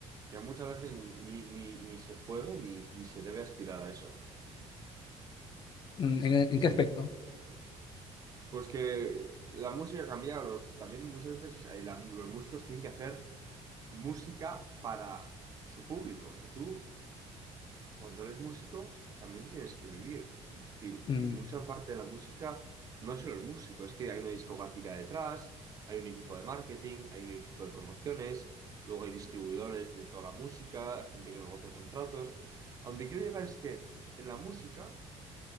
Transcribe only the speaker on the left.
mm, ¿en, en
qué aspecto?
Mm,